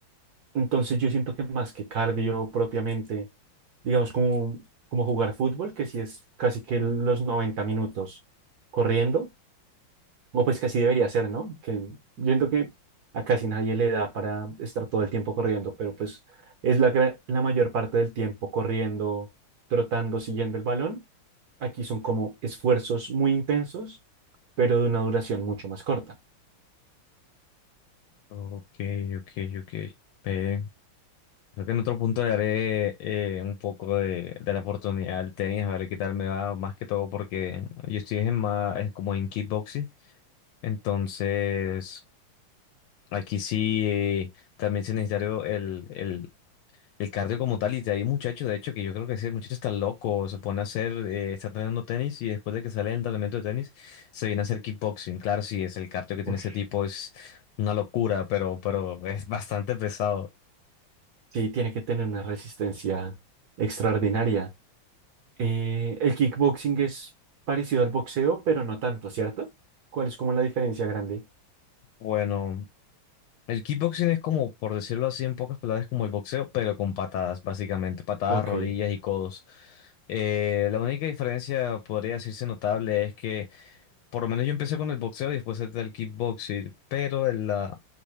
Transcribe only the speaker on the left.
Ok, ok, ok. Ve, creo que en otro punto le haré eh, un poco de, de la oportunidad al tenis, a ver qué tal me va, más que todo porque yo estoy en más, es como en kickboxing. Entonces, Aquí sí, eh, también se necesita algo- el, el, el cardio como tal. Y hay muchachos, de hecho, que yo creo que ese muchacho está loco, se pone a hacer, eh, está entrenando tenis y después de que sale del entrenamiento de tenis, se viene a hacer kickboxing. Claro, sí, es el cardio que tiene
ese tipo, es una locura, pero, pero es <laughs> bastante pesado.
Bueno, el kickboxing es como, por decirlo así, en pocas palabras, como el boxeo, pero con patadas, básicamente, patadas,
rodillas
y codos. Eh, la única diferencia, podría decirse notable, es que Por lo menos yo empecé con el boxeo y después entré al kickboxing, pero el, la,